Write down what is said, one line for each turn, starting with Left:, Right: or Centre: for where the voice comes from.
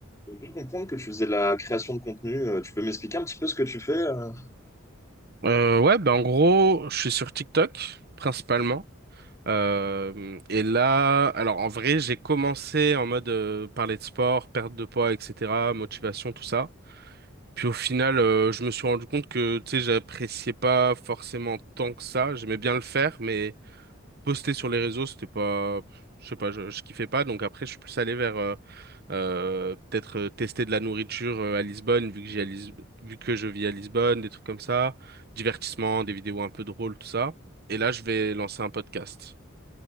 Left: J'ai cru comprendre que tu faisais de la création de contenu. Euh, Tu peux m'expliquer un petit peu ce que tu fais? euh
Right: Euh, ouais, ben en gros, je suis sur TikTok principalement. Euh, et là, alors en vrai, j'ai commencé en mode euh, parler de sport, perte de poids, etc., motivation, tout ça. Puis au final, euh, je me suis rendu compte que tu sais, j'appréciais pas forcément tant que ça. J'aimais bien le faire, mais poster sur les réseaux, c'était pas, je sais pas, je, je kiffais pas. Donc après, je suis plus allé vers euh, euh, peut-être euh, tester de la nourriture euh, à Lisbonne, vu que j'ai à Lis- vu que je vis à Lisbonne, des trucs comme ça, divertissement, des vidéos un peu drôles, tout ça. Et là, je vais lancer un podcast.